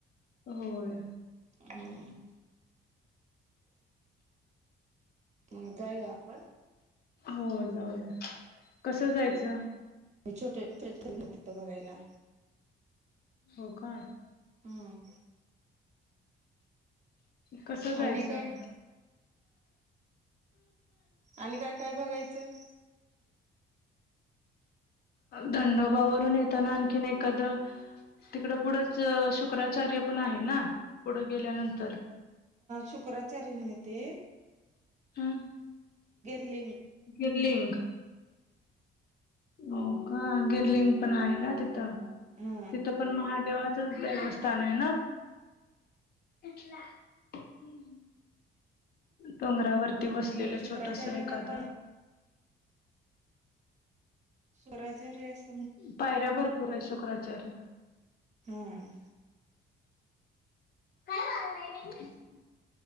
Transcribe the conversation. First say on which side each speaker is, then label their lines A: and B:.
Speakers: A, on the left; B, on the right.
A: होय.
B: हम्. मग जाऊ य आपण.
A: हो जाऊ य कस जायचं?
B: म छोटे ोतीथ बघायला.
A: हो का.
B: हम्.
A: कस जायचं.
B: आणि काय आणि काय काय बघायचं.
A: धंडोबावरून येताना आणखीन एखादं तिकडं पुढंच शुक्राचार्य पण आहे ना पुढं गेल्यानंतर
B: शुक्रचार्य नही ते
A: हम.
B: गिर्लिंग
A: गिरलिंग हो का गिरलिंग पण आहे ना तिथं
B: हा
A: तिथं पण महादेवाचच देवस्थान आहे ना. ह् डोंगरावरती बसलेलं
B: आणि शुक्राचार्याला
A: छोटस एखादं.
B: पण स्वराजर अस.
A: पायऱ्या भरपूर आहे शुक्राचार्याला.
B: हा
A: काय मारय <unintelligible>